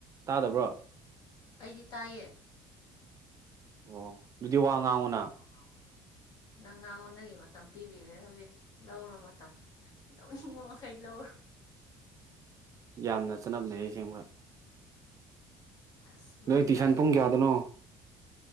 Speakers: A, on the right; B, on the left.
A: ꯇꯥꯗꯕ꯭ꯔꯣ
B: ꯑꯩꯗꯤ ꯇꯥꯏꯌꯦ
A: ꯑꯣ ꯑꯗꯨꯗꯤ ꯋꯥ ꯉꯥꯡꯉꯅꯦ
B: ꯋꯥ ꯉꯥꯎꯅ ꯅꯪ ꯉꯉꯣꯟꯗꯒꯤ ꯃꯇꯝ ꯄꯤꯕꯤꯔꯦ ꯍꯧꯖꯤꯛ ꯂꯧꯔꯣ ꯃꯇꯝ ꯂꯧꯅꯤꯡꯕ ꯃꯈꯩ ꯂꯧꯔꯣ
A: ꯌꯥꯝꯅ ꯆꯠꯅꯝ ꯂꯩꯩꯁꯦꯡꯕ
B: ꯑꯁ ꯂꯅ
A: ꯅꯣꯏ ꯇꯨꯏꯁꯟ
B: ꯀꯁꯤꯦ
A: ꯄꯨꯡ ꯀꯌꯥꯗꯅꯣ